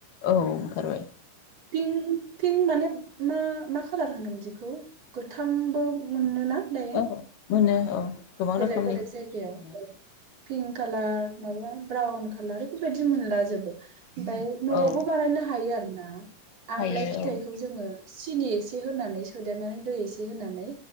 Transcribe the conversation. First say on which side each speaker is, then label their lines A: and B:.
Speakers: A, on the left (about 80°); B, on the right (about 50°).
A: औ ओंखारबाय
B: पिंक पिंक माने मा मा खालार होनगोन दिखौ गोथांबो मोनोना दायो
A: औ मोनो औ गोबां
B: बेलेक
A: रोखोमनि
B: बेलेक जायगायाव
A: मोनो
B: पिंक कालार माबा ब्राउन खाालार बेफोरबायदि मोनला जोबो ओमफ्राय नआवबो
A: औ
B: बानायनो हायो आरो न ना
A: हायो
B: आमलाय फिथाइखौ
A: औ
B: जोङो सिनि एसे होनानै सोदेरनानै दै एसे होनानै